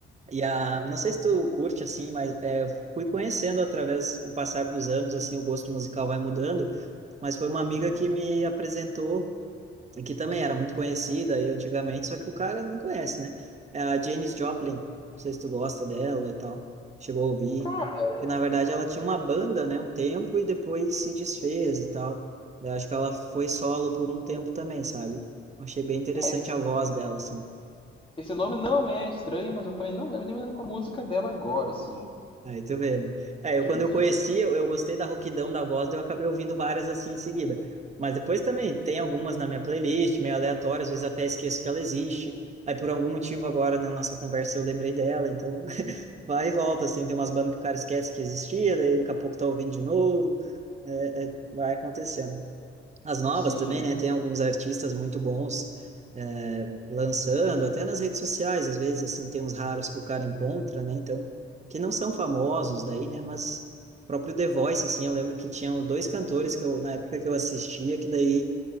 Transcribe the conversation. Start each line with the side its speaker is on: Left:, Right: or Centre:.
Right: E a, não sei se tu curte assim, mas é, fui conhecendo através, com o passar dos anos, assim, o gosto musical vai mudando, mas foi uma amiga
Left: Uhum.
Right: que me apresentou, e que também era muito conhecida aí antigamente, só que o cara não conhece, né? É a Janis Joplin, não sei se tu gosta dela e tal, chegou a ouvir,
Left: Cara,
Right: que na verdade ela tinha uma banda, né, um tempo, e depois se desfez e tal. Eu acho que ela foi solo por um tempo também, sabe? Eu Achei bem interessante
Left: é,
Right: a voz dela, assim.
Left: Esse nome não me é estranho, mas eu também não lembro de nenhuma música dela agora, assim.
Right: Aí tu vê, né? É, eu
Left: James
Right: quando eu conheci,
Left: Jones.
Right: eu, eu gostei da rouquidão da voz, daí eu acabei ouvindo várias assim em seguida. Mas depois também tem algumas na minha playlist, meio aleatórias, às vezes até esqueço que ela existe. Aí por algum motivo agora na nossa conversa eu lembrei dela, então <laughs> vai e volta, assim, tem umas bandas que o cara esquece que existia, daí daqui a pouco tá ouvindo de novo, é, é, vai acontecendo as novas
Left: Sim.
Right: também, né? Tem alguns artistas muito bons é, lançando, até nas redes sociais, às vezes, assim, tem uns raros que o cara encontra, né? Então, que não são famosos daí, né? Mas o próprio The Voice, assim, eu lembro que tinham dois cantores que eu, na época que eu assistia, que daí